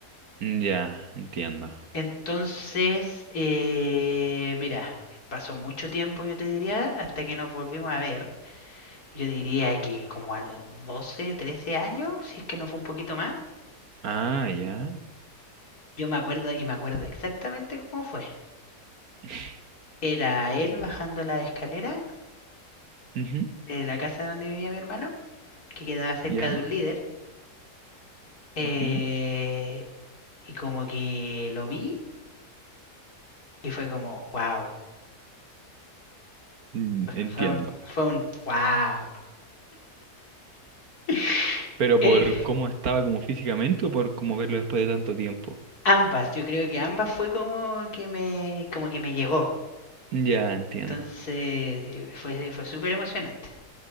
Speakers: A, on the right; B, on the left.
A: Ya, entiendo.
B: Entonces, eh, mira, pasó mucho tiempo, yo te diría, hasta que nos volvimos a ver. Yo diría que como a los 12, 13 años, si es que no fue un poquito más.
A: Ah, ya.
B: Yo me acuerdo y me acuerdo exactamente cómo fue.
A: <laughs>
B: Era él bajando la escalera
A: Ujú,
B: de la casa donde vivía mi hermano, que quedaba cerca
A: Ya.
B: de un líder. eh,
A: ujú,
B: y como que lo vi y fue como, wow,
A: mm, Entiendo.
B: Fue, un, fue un wow. <laughs>
A: ¿Pero
B: Eh,
A: por cómo estaba como físicamente o por cómo verlo después de tanto tiempo?
B: ambas, yo creo que ambas fue como que me, como que me llegó.
A: Ya, entiendo.
B: Entonces fue, fue súper emocionante.